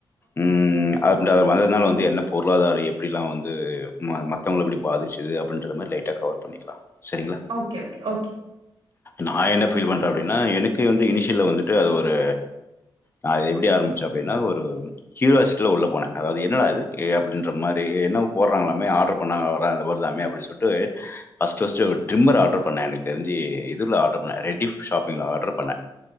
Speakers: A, on the left; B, on the right.
A: உம் அந்த வரது வந்ததுனால வந்து என்ன பொருளாதாரம் எப்படிலாம் வந்து ம மற்றவளை எப்படி பாதிச்சது அப்டினு சொல்ற மாதிரி லைட்டா கவர் பண்ணிக்கலாம் சரிங்களா?
B: ஓகே ஓகே ஓக்
A: நான் என்ன ஃபீல் பண்ணுறேன் அப்டின்னா எனக்கு வந்து இனிஷியல் வந்துட்டு அது ஒரு நான் இது எப்படி ஆரம்பிச்சேன் அப்டின்னா ஒரு கியூராசிட்டியில உள்ள போனேன் அதாவது என்னடா இது அப்டின்ற மாதிரி என்ன போடுறாங்களாமே ஆர்டர் பண்ணாங்க வர வருதாமே அப்படின்னு சொல்லிட்டு ஃபர்ஸ்ட் ஃபர்ஸ்ட் ட்ரிம்மர் ஆர்டர் பண்ணேன் எனக்கு தெரிஞ்சு இதுல ஆர்டர் பண்ணே ரேட்டிங் ஷாப்பிங்ல ஆர்டர் பண்ணே